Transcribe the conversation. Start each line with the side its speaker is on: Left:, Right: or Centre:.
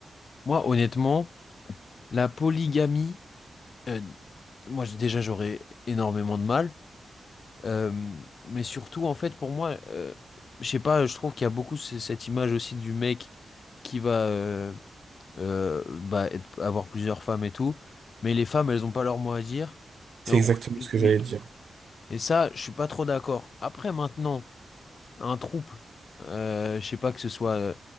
Left: Moi, honnêtement, la polygamie, euh, moi, j- déjà, j'aurais énormément de mal. Euh, mais surtout, en fait, pour moi, euh, je sais pas, je trouve qu'il y a beaucoup ce- cette image aussi du mec qui va euh, euh, bah, être- avoir plusieurs femmes et tout. Mais les femmes, elles ont pas leur mot à dire.
Right: C'est
Left: Et en
Right: exactement
Left: gros, c'est
Right: ce
Left: juste
Right: que
Left: lui.
Right: j'allais te dire.
Left: Et ça, je suis pas trop d'accord. Après, maintenant. un trouble. Euh, je sais pas que ce soit euh,